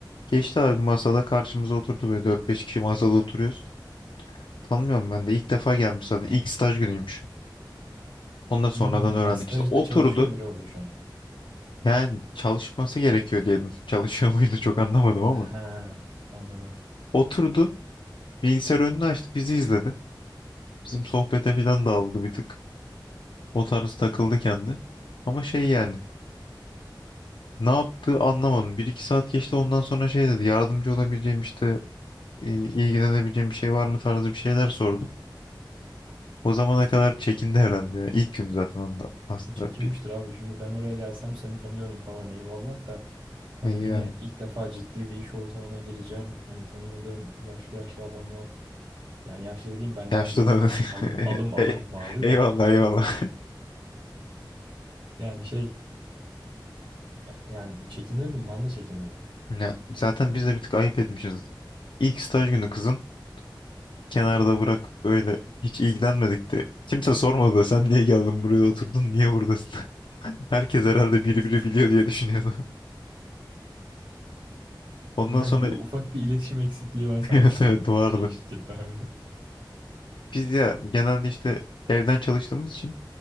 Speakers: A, on the left; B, on the right.
A: Geçti abi masada karşımıza oturdu böyle dört beş kişi masada oturuyoruz. Tanımıyorum ben de ilk defa gelmiş zaten İlk staj günüymüş. Ondan sonradan
B: Hmm,
A: öğrendik
B: yani stajda
A: işte oturdu.
B: çalışıyor biri orada şu an.
A: Yani çalışması gerekiyor diyelim. <laughs> Çalışıyor muydu çok anlamadım ama.
B: Ha, anladım.
A: Oturdu bilgisayar önünü açtı bizi izledi. Bizim sohbete falan daldı bir tık. O tarz takıldı kendi. Ama şey yani ne yaptığı anlamadım. Bir iki saat geçti ondan sonra şey dedi yardımcı olabileceğim işte i- ilgilenebileceğim bir şey var mı tarzı bir şeyler sordu. O zamana kadar çekindi herhalde. ya. İlk gün zaten onda aslında
B: E, çekinmiştir
A: bir
B: abi. Şimdi ben oraya gelsem seni tanıyorum falan eyvallah da hani
A: yani
B: yine ilk defa ciddi bir iş ortamına gireceğim. Hani tanımadığım yaşlı yaşlı adamlar yani yaşlı dediğim benden
A: yaşlı
B: büyük.
A: da
B: Alım
A: <laughs>
B: alım alım
A: Ey-
B: mavi
A: eyvallah
B: de.
A: eyvallah.
B: Yani şey ya- yani çekinirdim ben de çekinirdim.
A: Ya, zaten biz de bir tık ayıp etmişiz. İlk staj günü kızın kenarda bırak böyle hiç ilgilenmedik de. Kimse sormadı da sen niye geldin buraya oturdun niye buradasın? <laughs> Herkes
B: <laughs>
A: herhalde biri biri biliyor diye düşünüyordu. Ondan
B: Yani
A: sonra
B: bir, ufak bir iletişim eksikliği var sanki
A: <laughs> evet
B: sizin
A: evet vardı.
B: şey şirkette. <laughs>
A: Biz ya genelde işte evden çalıştığımız için